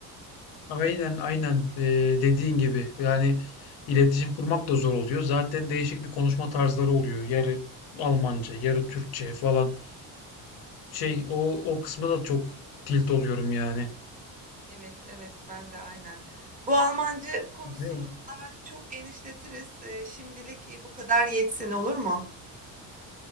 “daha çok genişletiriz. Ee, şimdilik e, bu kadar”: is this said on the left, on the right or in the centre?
Right